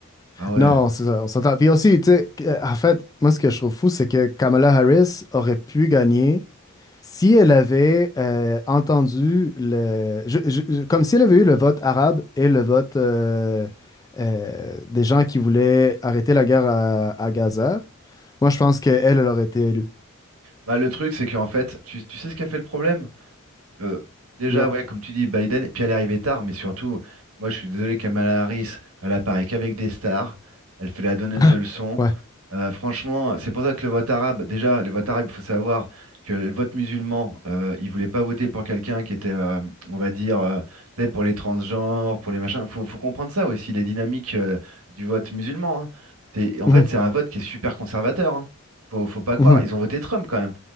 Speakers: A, on the right; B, on the left.
A: Ah ouais.
B: Non, c'est ça, on s'entend. Puis aussi, tu sais, que- en fait, moi, ce que je trouve fou, c'est que Kamala Harris aurait pu gagner Si elle avait euh, entendu le. je- je- comme si elle avait eu le vote arabe et le vote euh, euh, des gens qui voulaient arrêter la guerre à, à Gaza, moi je pense qu'elle, elle elle aurait été élue.
A: Bah, le truc, c'est qu'en fait, tu, tu sais ce qu'a fait le problème? Euh, déjà,
B: Dis-moi.
A: ouais, comme tu dis, Biden, et puis elle est arrivée tard, mais surtout, moi je suis désolé, Kamala Harris, elle apparaît qu'avec des stars, elle fait la donneuse
B: <laughs>
A: de leçons.
B: Ouais.
A: Euh, franchement, c'est pour ça que le vote arabe, déjà, le vote arabe, il faut savoir que le vote musulman, euh, il voulait pas voter pour quelqu'un qui était, euh, on va dire, euh, tu sais, pour les transgenres, pour les machins. Faut, faut comprendre ça aussi, les dynamiques, euh, du vote musulman. hein. C'est, en
B: Mhm.
A: fait, c'est un vote qui est super conservateur. hein. Faut, faut pas croire.
B: Mhm.
A: Ils ont voté Trump quand même.